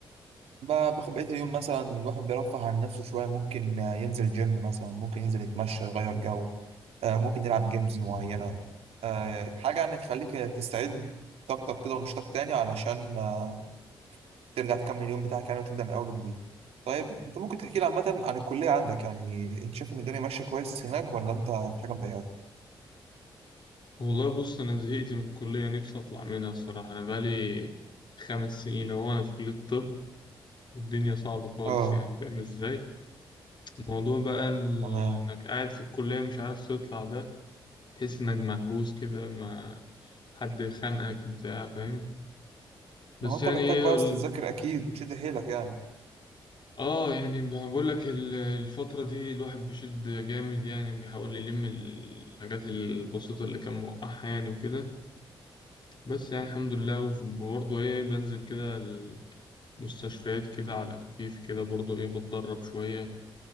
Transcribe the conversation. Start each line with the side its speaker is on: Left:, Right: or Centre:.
Right: ب- باخد بقية اليوم مثلا الواحد بيرفه عن نفسه شوية ممكن آه، ينزل جيم مثلا ممكن ينزل يتمشى يغير جو آه، ممكن نلعب جيمز معينة آه، حاجة يعني تخليك تستعيد طاقتك كده ونشاطك تاني علشان آه، ترجع تكمل اليوم بتاعك يعني وتبدأ من أول وجديد طيب أنت ممكن تحكي لي عامة عن الكلية عندك يعني أنت شايف إن الدنيا ماشية كويس هناك ولا أنت في حاجة مضايقاك؟
Left: والله بص أنا زهقت من الكلية نفسي أطلع منها الصراحة أنا بقالي خمس سنين أهو أنا في كلية الطب والدنيا صعبة خالص
Right: أه
Left: يعني فاهم إزاي؟ الموضوع بقى ال-
Right: تمام
Left: إنك قاعد في الكلية مش عارف تطلع ده تحس إنك محبوس كده ما حد خانقك بتاع فاهم؟ بس
Right: ما هو أنت
Left: يعني
Right: محتاج
Left: إيه
Right: بقى
Left: ال...
Right: بس تذاكر أكيد وتشد حيلك يعني
Left: آه يعني بقول لك ال- الفترة دي الواحد بيشد جامد يعني بيحاول يلم الحاجات البسيطة اللي كان موقعها يعني وكده بس يعني الحمد لله وبرضه إيه بنزل كده مستشفيات كده على خفيف كده برضو ايه بتدرب شوية